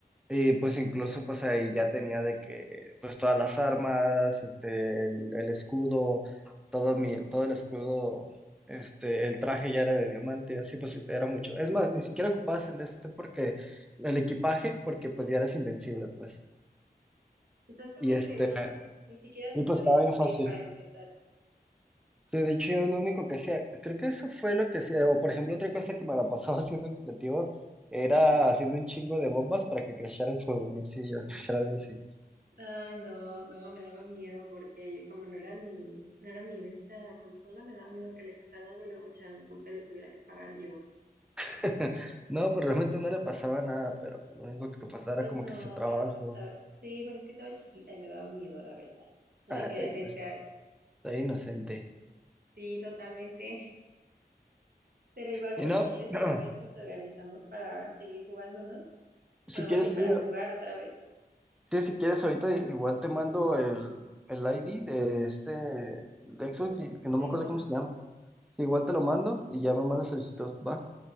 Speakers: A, in the centre; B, on the right.
A: Y pues incluso pues ahí ya tenía de que pues todas las armas, este, el, el escudo, todo mi, todo el escudo, este, el traje ya era de diamante, así pues era mucho. Es más, ni siquiera ocupabas el de este porque, el equipaje, porque pues ya eras invencible, pues.
B: Exactamente,
A: Y este,
B: pues ni siquiera
A: y
B: te podías
A: pues estaba bien
B: morir
A: fácil.
B: para empezar.
A: Sí, de hecho yo es lo único que hacía, creo que eso fue lo que hacía, o por ejemplo otra cosa que me la pasaba <laughs> haciendo en creativo, era haciendo un chingo de bombas para que crashara el juego, no sé si yo a hacer algo así.
B: Ah, no, no, me daba miedo porque como no era mi, no era mi de esta consola, me daba miedo que le pasara algo y luego me echaran la culpa y lo tuviera que pagar yo.
A: <laughs> No, pero realmente no le pasaba nada, pero pues, lo único que pasaba era
B: Pues
A: como
B: no,
A: que se trababa
B: pero
A: el
B: pues
A: juego.
B: ta- sí, pues es que estaba chiquita y me daba miedo, la verdad. No
A: Ah,
B: me quería
A: está
B: arriesgar.
A: ino- está inocente.
B: Sí, totalmente. Pero igual,
A: Y
B: pues
A: no,
B: si quieres, después
A: <clears throat>
B: nos organizamos para seguir jugando, ¿no?
A: si
B: Bueno, más
A: quieres,
B: bien
A: sí,
B: para jugar otra vez
A: sí, si quieres, ahorita igual te mando el, el ID de este, de Xbox, y- que no
B: de
A: me acuerdo
B: Xbox.
A: cómo se llama. Sí, igual te lo mando y ya me mandas solicitud, va.